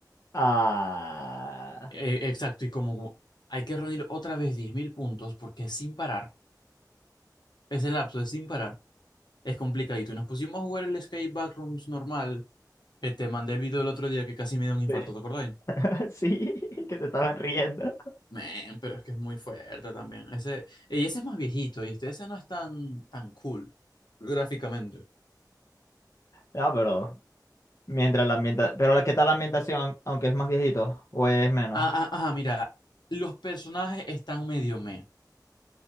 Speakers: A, on the left; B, on the left.
A: Ah.
B: Eh, exacto, y como hay que reunir otra vez 10.000 puntos, porque es sin parar, ese lapso es sin parar, es complicadito. Y nos pusimos a jugar el Escape Backrooms normal, que te mandé el video el otro día que casi me da un infarto,
A: sí.
B: ¿te acordáis?
A: <laughs> Sí, <laughs> que se estaban riendo.
B: Men, pero es que es muy fuerte también. Ese, y ese es más viejito, y este, ese no es tan, tan cool gráficamente.
A: No, pero mientras la ambienta, pero la- ¿qué tal la ambientación, aunque es más viejito o es menos?
B: Ah, ah, ah, mira, los personajes están medio meh.